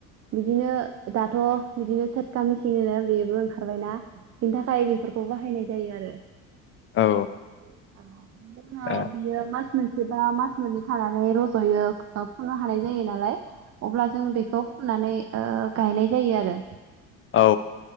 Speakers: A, on the right; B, on the left.
A: बिदिनो दाथ' गामिसिंनो बेबो ओंखारबायना बिनि थाखाय बेफोरखौ बाहायनाय जायो आरो
B: औ
A: औ बिनि उनाव
B: औ
A: बियो माज मोनसेबा मास मोननै थानानै रज'यो बा फुनो हानाय जायो नालाय अब्ला जों बेखौ फुनानै आ गायनाय जायो आरो
B: औ